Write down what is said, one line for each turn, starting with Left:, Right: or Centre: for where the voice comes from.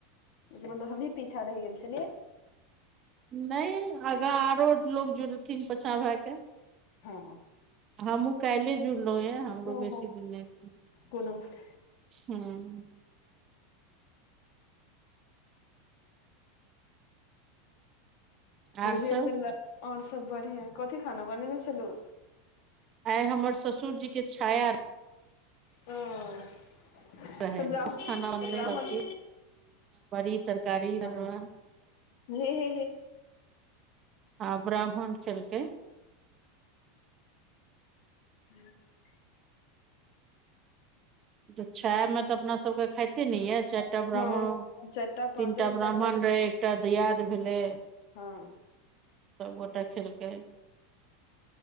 Left: एय के मतलब हमही पीछा रैह गेल छेलियै।
Right: नैय आगा आरो लोग जुड़थिन पाछा भए के।
Left: हँ
Right: हमहूँ काल्हिए जुड़लहुँ ये हमरो
Left: ओहो
Right: बेसी दिन नहि
Left: कोनो बात
Right: हूँ आर
Left: बुझियौ
Right: सब
Left: त और सब बढ़िआ कथी खाना बनेने छलौं?
Right: आइ हमर ससुर जी के छाया
Left: तऽ
Right: रहैन
Left: ब्राह्म
Right: बस
Left: तऽ
Right: खाना बनलै
Left: ब्राह्मण
Right: सब्जी बरी, तरकारी,
Left: हे
Right: तरुआ
Left: हे हे
Right: आ ब्राह्मण खेलकै।
Left: <unintelligible>
Right: तऽ छायामे तऽ अपना सभके खाइते ने यै चारि
Left: हँ
Right: टा ब्राह्मण
Left: चारिटा पाँच
Right: तीनटा
Left: जगह
Right: ब्राह्मण रहै, एकटा दयाद भेलै।
Left: हं
Right: सबगोटा खेलकै।